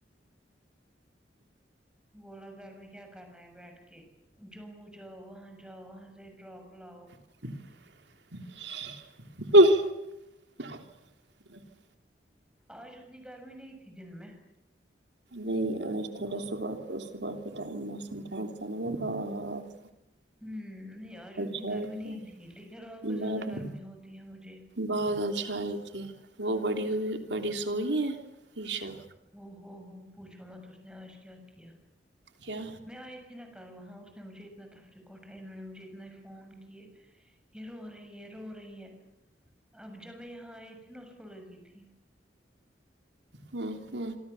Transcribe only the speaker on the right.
<inaudible>
نہیں آج تھوڑا صبح صبح کے ٹائم موسم ٹھنڈ سا تھا بہت
چھائے
تھے
بادل
بادل چھائے تھے وہ بڑی ہوئی بڑی سوئی ہے ایشال
کیا
ہوں ہوں